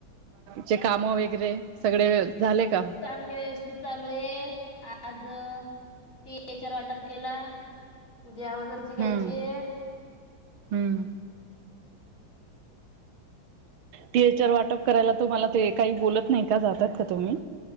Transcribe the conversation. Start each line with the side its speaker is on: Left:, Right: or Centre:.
Right: चे कामं वगैरे सगळे झाले का?
Left: काम व्यवस्थित चालू आहे. आज टिएचआर वाटप केला. उद्या आवाजांची घ्यायची
Right: हम्म.
Left: आहे.
Right: हम्म टिएचआर वाटप करायला तुम्हाला ते काही बोलत नाही का जातात का तुम्ही?